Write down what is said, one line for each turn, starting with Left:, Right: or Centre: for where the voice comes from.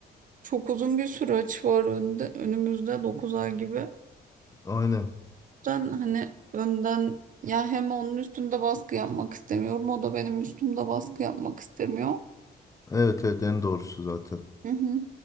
Right: Çok uzun bir süreç var önde, önümüzde 9 ay gibi.
Left: Aynen.
Right: Ben hani önden ya hem onun üstünde baskı yapmak istemiyorum o da benim üstümde baskı yapmak istemiyor.
Left: Evet evet en doğrusu zaten.
Right: Hı hı.